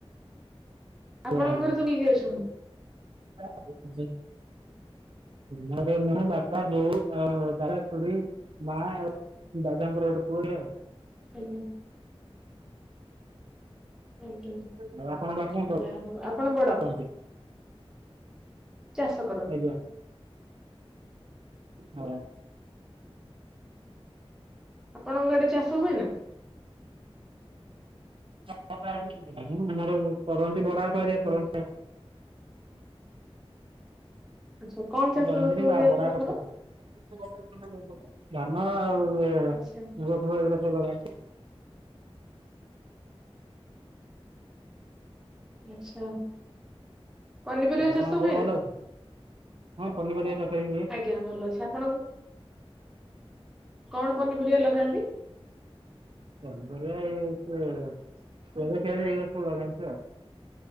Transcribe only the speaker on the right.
<unintelligible>
ମୋର ମୁଁ ବାପା ବୋଉ ଆଉ ଦାଦା ଖୁଡି ମା ଆଉ ବାବା ଙ୍କର ଗୋଟେ ପୁଅଟେ ଆଉ।
ଆଉ ଆପଣଙ୍କ ବାପା କଣ
କରନ୍ତି?
ଆଜ୍ଞା ହଉ।
ହ ଆମର କରନ୍ତି ବଡବାପା ହାରିକା କରନ୍ତି ଆଉ।
ବାପା କରନ୍ତିନି
ବା
ବଡବାପା ସାଥିରେ ଧାନ ଆଉ ଏ
ମୁଗ ଫୁଗ ଏଇଗୁରା ସବୁ ଲଗାନ୍ତି।
ଆଉ ଆପଣଂକ
ଦେହ
ଭଲ ଅଛି? ହଁ ପନିପରିବା ଚାସ ବି ହୁଏ।
ପନିପରିବା ଏଇ <unintelligible> ଏଇ ସବୁ ଲଗାନ୍ତି ଆଉ।